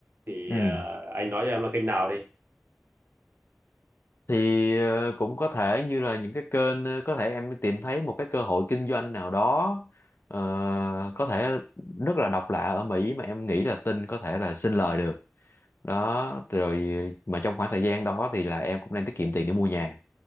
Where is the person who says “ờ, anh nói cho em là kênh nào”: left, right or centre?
Right